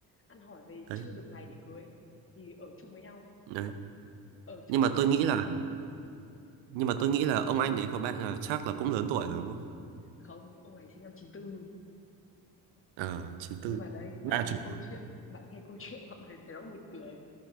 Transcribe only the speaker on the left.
Ăn hỏi về
chưa được ngày để cưới thì ở chung với nhau.
Ở chung
với nhau
không, ông này sinh năm chín tư
Nhưng mà đây, bạn
nghe
câu
chuyện, bạn nghe câu chuyện mọi người thấy nó buồn cười.